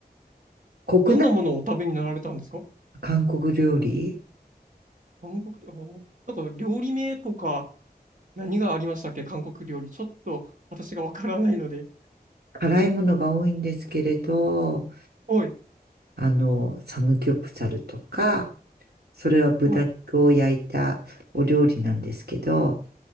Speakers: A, on the right (about 80°); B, on the right (about 55°).
A: 国内
B: どんなものをお食べになられたんですか
A: の韓国料理、
B: 韓国料理、おなんか料理名とか何がありましたっけ韓国料理。ちょっと私がわからないので。
A: 辛いものが多いんですけれど、
B: はい。
A: あの、サムギョプサルとか、それは豚肉を焼いたお料理なんですけど、
B: はい。